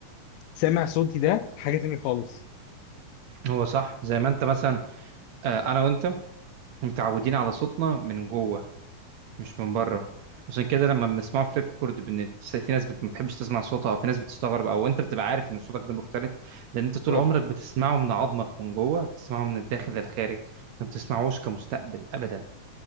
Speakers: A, on the left; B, on the right.
A: سامع صوتي ده حاجه تانية خالص
B: هو صح زي ما انت مثلا آه، انا وانت متعودين على صوتنا من جوه مش من بره عشان كده لما بنسمعه في ريكورد بن... في ناس بت... ما بتحبش تسمع صوتها او في ناس بتستغرب او انت بتبقى عارف ان صوتك ده مختلف لان انت
A: بالظبط
B: طول عمرك بتسمعه من عظمك من جوه بتسمعه من الداخل للخارج ما بتسمعوش كمستقبل ابدا